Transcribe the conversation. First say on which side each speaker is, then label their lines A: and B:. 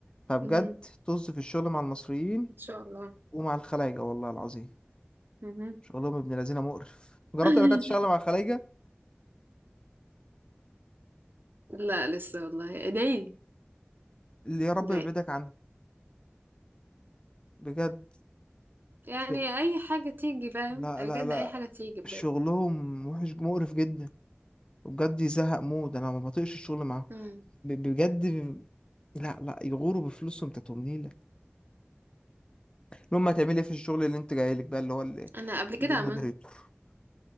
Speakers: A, on the left (about 25°); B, on the right (about 60°).
A: فبجد
B: مم.
A: طز في الشغل مع المصريين
B: ان شاء الله
A: ومع الخلايجة والله العظيم
B: مهم.
A: شغلهم ابن لذينه مقرف جربت
B: <laughs>
A: قبل كده تشتغل مع الخلايجة
B: لا لسه والله ادعي لي
A: اللي يا رب
B: ادعي
A: يبعدك
B: لي.
A: عنه بجد
B: يعني
A: شغل
B: اي حاجه تيجي فاهم
A: لا
B: بجد
A: لا لا
B: اي حاجه تيجي بجد
A: شغلهم وحش مقرف جدا وبجد يزهق مود انا ما بطيقش الشغل معاهم
B: مم.
A: ب- بجد لا لا يغوروا بفلوسهم تاتهم نيلة المهم هتعملي ايه في الشغل اللي انت جايلك بقى اللي هو ال-
B: انا قبل كده
A: المودريتور
B: عملت